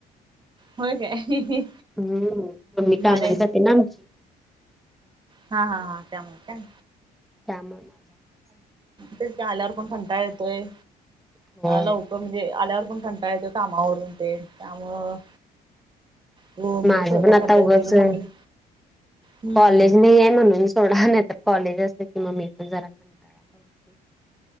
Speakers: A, on the right; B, in the centre.
A: होय काय
B: हम्म मम्मी
A: भारी
B: कामाला जाते ना आमची
A: हा हा हा त्यामुळे काय
B: त्यामुळे माझ
A: तेच आल्यावर पण कंटाळा येतोय
B: होय
A: लवकर म्हणजे आल्यावर पण कं काय ते कामावरून ते त्यामुळं हो म्हणजे
B: माझं
A: स्वयंपाक
B: पण
A: करत्यास
B: आता उगाचय
A: तेवढं मम्मीला हम्म
B: कॉलेज नाहीय म्हणून सोडा नाही तर कॉलेज असल कि मग मी पण जरा ळा करते <unintelligible>